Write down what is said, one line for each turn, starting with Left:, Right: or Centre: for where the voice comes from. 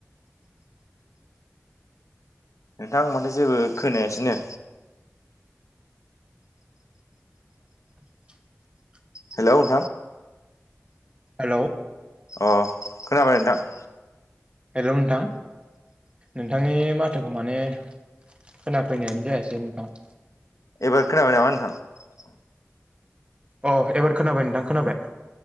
Left: नोंथां माथो जेबो खोनायासैनो।
Right: <inaudible>
Left: हेल' नोंथां।
Right: हेल'
Left: अ खोनाबाय नोंथां?
Right: हेल' नोंथां। नोंथांनि माथोखौ माने खोनाफैनायानो जायासै नोंथां।
Left: एबार खोनाबाय नामा नोंथां।
Right: अ एबार खोनाबाय नोंथां खोनाबाय।